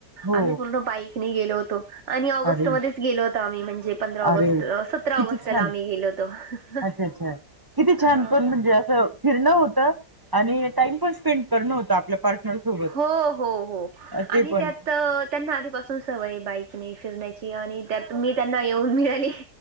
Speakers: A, on the right; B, on the right.
A: हो
B: आमी पूर्ण बाईकने गेलो होतो आणि ऑगस्टमदे
A: अरे
B: गेलो ओतो आम्ही म्हणजे पंधरा ऑगस्ट
A: अरे
B: सतरा
A: किती
B: ऑगस्टला
A: छान
B: आम्ही गेलो होतो.
A: अच्छा अच्छा किती छान
B: हां
A: पण मणजे असं फिरणं होतं आणि टाइम पण स्पेंड करणं होत आपल्या पार्टनर सोबत
B: हो हो हो
A: ते
B: आणि
A: पण
B: त्यात तर त्यांना आदिपासून सवय ये बाईकने फिरण्याची आणि त्यात मी त्यांना येऊन मिळाली.